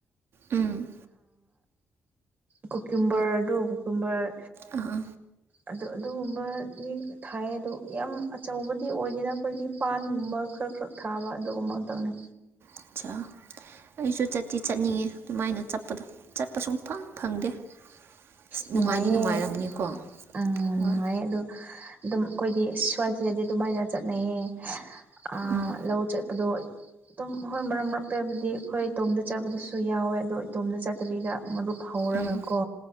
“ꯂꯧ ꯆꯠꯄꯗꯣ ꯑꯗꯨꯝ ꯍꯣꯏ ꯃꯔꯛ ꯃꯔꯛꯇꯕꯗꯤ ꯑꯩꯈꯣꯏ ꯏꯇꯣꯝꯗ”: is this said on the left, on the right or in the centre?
Right